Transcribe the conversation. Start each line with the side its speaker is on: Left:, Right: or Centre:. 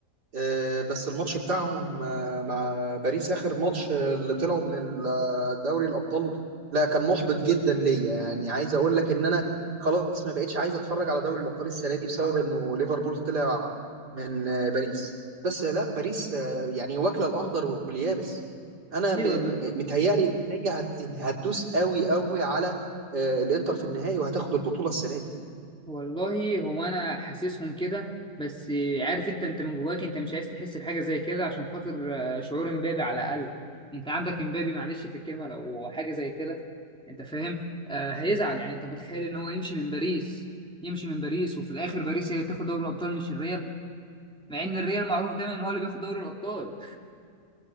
Right: آه، بس الماتش بتاعهم آه، مع باريس آخر ماتش آه، اللي طلعوا من ال- آه، دوري الأبطال لا كان محبط جدا ليا يعني عايز أقول لك إن أنا خلاص ما بقتش عايز أتفرج على دوري الأبطال السنة دي بسبب إنه ليفربول طلع من آه، باريس بس آه، لا باريس آه، يعني واكلة الأخضر واليابس أنا م-
Centre: ايوه
Right: م- متهيألي إن هي هت- هتدوس قوي قوي على آه، الإنتر في النهائي وهتاخد البطولة السنة دي
Centre: والله هو انا حاسسهم كده بس عارف انت انت من جواك انت مش عايز تحس بحاجه زي كده عشان خاطر آه، شعور امبابي على الاقل انت عندك امبابي معلش في الكلمه لو حاجه زي كده انت فاهم آه هيزعل يعني انت متخيل ان هو يمشي من باريس يمشي من باريس وفي الاخر باريس هي اللي تاخد دوري الابطال مش الريال مع ان الريال معروف دايما ان هو اللي بياخد دوري الابطال